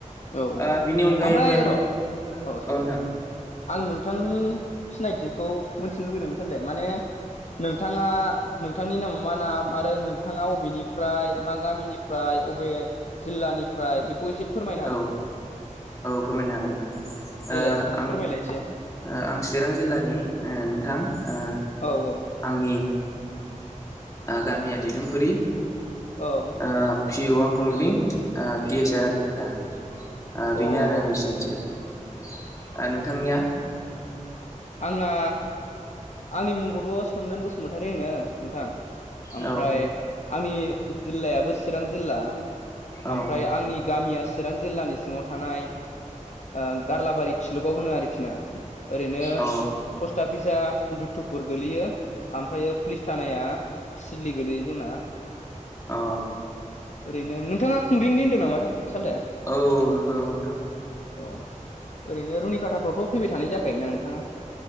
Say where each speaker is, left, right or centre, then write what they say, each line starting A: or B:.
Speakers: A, on the left; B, on the left.
A: औ औ
B: ओ बिनि अनगायैबो
A: आमफ्राय
B: औ
A: र औ सालथे
B: नोंथां
A: आं नोंथांनि सिनायथिखौ मोनथिनो लुबैदोंमोन सालथे माने नोंथाङा नोंथांनि नामा मा नाम आरो नोंथाङा अबेनिफ्राय मा गामिनि फ्राय अबे जिल्लानिफ्राय बेखौ एसे फोरमाय
B: औ औ फोरमायनो हागोन नोंथां
A: देलाय
B: ओ
A: नोंथां
B: आं
A: फोरमायलाय एसे
B: ओ आं चिरां जिल्लानि ओ नोंथां ओ
A: औ औ
B: आंनि ओ गामिया दिदोमफुरि
A: औ
B: ओ पिउआ खुंग्रिं ओ पि एस आ रानि खाथ था आ
A: औ
B: बेनो
A: अ
B: आरो आंनि सिनायथिया आ नोंथांनिया
A: आंना आंनि मुंखौथ' सोमदोन बसुमतारि होनो नोंथां ओमफ्राय
B: औ
A: आंनि जिल्लायाबो चिरां जिल्ला
B: औ
A: आमफ्राय आंनि गामिया चिरां जिल्लानि सिङाव थानाय ओ गारलाबारि थिलुगाव होनो आरोखि ना ओरैनो
B: अ
A: पस्टा फिसा दुत्तुपुर गोलैयो ओमफ्र पुलिस थानाया सिदलि गोलैयो जोंना
B: अ
A: ओरैनो नोंथाङा खुंग्रिंनि होन्दो नामा सालथे
B: औ नंगौ नंगौ नोंथां
A: औ ओरैनो रुनिकाटाफ्रावथ' फैबाय थानाय जाखायोना नोंथाङा